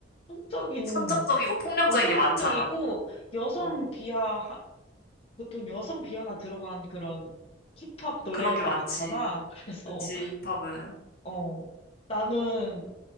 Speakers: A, on the left (about 30°); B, on the left (about 50°).
A: 성적인
B: 선정적이고 폭력적인
A: 어, 선정적이고
B: 게 많잖아.
A: 여성
B: 어,
A: 비하 하- 보통 여성 비하가 들어간 그런 힙합 노래가
B: 그런 게 많지.
A: 많잖아. <laughs> 그래서
B: 그치, 힙합은.
A: 어 나는